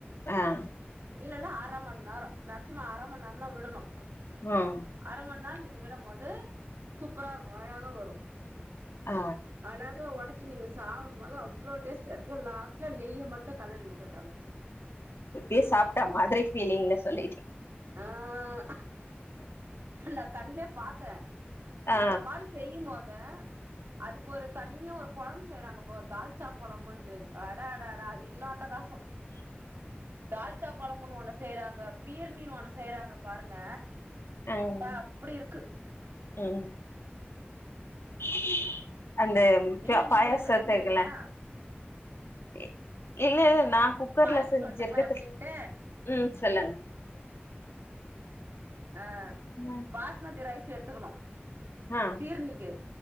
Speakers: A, on the left (about 80°); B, on the right (about 75°).
A: ஆஹ.
B: இல்லைன்னா அர மணி நேரம். மேக்சிமம் அர மணி நேரம் தான் விடணும்.
A: ம்
B: அர மணி நேரம் நீங்க. விடும்போது சூப்பரா இருக்கும் அழகா வரும்.
A: ஆ
B: அழகா ஒடச். சு நீங்க சாப்பிடும்போது அவ்ளோ டேஸ்டா இருக்கு லாஸ்ட்ல நெய்ய மட்டும் களறி வுட்டுறாங்க.
A: இப்பயே சாப்பிட்டா மாதிரி ஃபீலிங்ல சொல்லி. டிங்
B: ஆஹ நான் கண்ல. பாத்தே.
A: ஆ
B: இத மாரி செய்யும் போது அதுக்கு ஒரு தனியா ஒரு கொழம்பு செய்யறாங்க. பா இப்ப ஒரு தால்சா குழம்புன்ட்டு. அட அட அடா அது இன்னு அட்டகாசோ. தால்ச்சா குழம்புன்னு ஒன்னு செய்யறாங்க பீர்னி ஒண்ணு செய்யறாங்க பாருங்க.
A: ம்
B: ஆ அப்படி இருக்கு.
A: ம் <unintelligible> அந்த பா
B: ஏ நீங்கல்லா
A: பாயாசத்துக்கல
B: இது மாரி செஞ்சது இல்லையா
A: கி இல்ல இல்ல. நான் குக்கர்ல
B: பாயசோ
A: செஞ்சிருக்கது
B: சொல்ட்டுங்களா எப்டின்ட்டு
A: உம் சொல்லுங்க
B: அஹ்
A: ம்
B: பாஸ்மதி ரைஸ் த்து எடுத்துக்கணும்
A: ஆ
B: பீர்னிக்கு